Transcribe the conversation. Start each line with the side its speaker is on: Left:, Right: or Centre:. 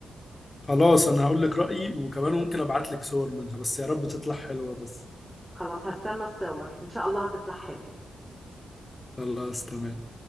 Left: خلاص أنا هقول لك رأيي وكمان ممكن أبعت لك صور منها بس يا رب تطلع حلوة بس
Centre: خلاص هستنى الصور ان شاء الله هتطلع حلوه
Left: خلاص تمام